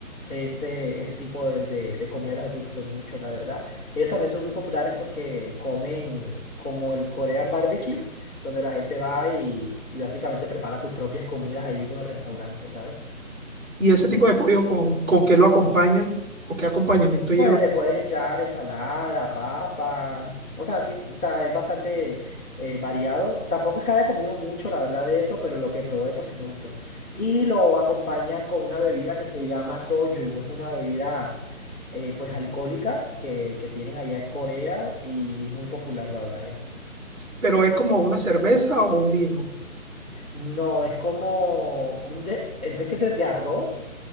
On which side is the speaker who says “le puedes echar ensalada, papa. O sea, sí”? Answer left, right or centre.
Centre